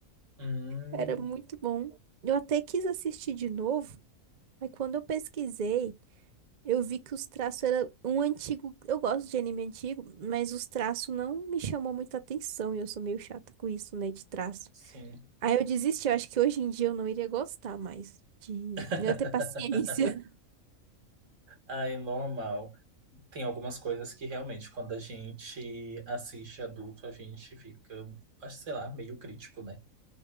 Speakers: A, on the right; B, on the right.
A: Hum,
B: Era muito bom. Eu até quis assistir de novo, mas quando eu pesquisei, eu vi que os traços eram um antigo. Eu gosto de anime antigo, mas os traços não me chamou muita atenção e eu sou meio chata com isso, né, de traço.
A: sim.
B: Aí eu desisti, eu acho que hoje em dia eu não iria gostar mais de
A: <laughs>
B: não ter paciência. <laughs>
A: Ah, é normal. Tem algumas coisas que realmente, quando a gente assiste adulto, a gente fica, acho, sei lá, meio crítico, né?